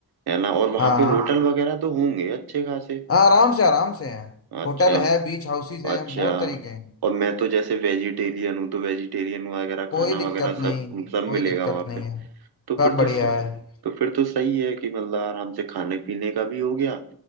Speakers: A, on the right; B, on the left.
A: है ना और वहाँ
B: हाँ
A: पे होटल वगैरह तो होंगे अच्छे खासे
B: हाँ, आराम से आराम से हैं
A: अच्छा
B: होटल है बीच हाउसेस हैं
A: अच्छा
B: बहुत तरीके हैं
A: और मैं तो जैसे वेजिटेरियन हूँ तो वेजिटेरियन वगैरह
B: कोई
A: खाना
B: दिक्कत
A: वगैरह
B: नहीं
A: सब सब
B: कोई
A: मिलेगा
B: दिक्कत
A: वहां
B: नहीं
A: पे
B: है
A: तो
B: सब
A: फिर
B: बढ़िया
A: तो सही,
B: है
A: तो फिर तो सही है कि मतलब आराम से खाने पीने का भी हो गया